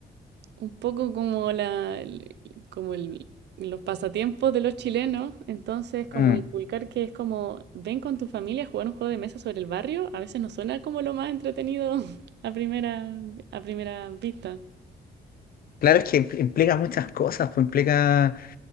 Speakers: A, on the right; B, on the left.
A: un poco como la, el- como el, los pasatiempos de los chilenos, entonces como
B: Mm.
A: inculcar que es como ven con tu familia a jugar un juego de mesa sobre el barrio, a veces no suena como lo más entretenido <laughs> a primera, a primera vista.
B: Claro, es que impl- implica muchas cosas, pues implica